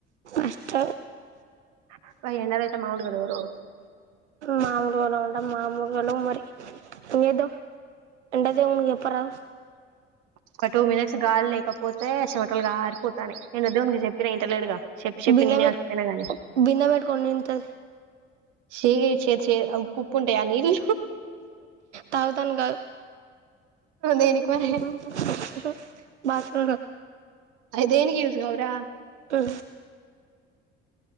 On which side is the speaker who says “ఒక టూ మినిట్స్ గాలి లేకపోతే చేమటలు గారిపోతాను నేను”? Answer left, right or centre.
Right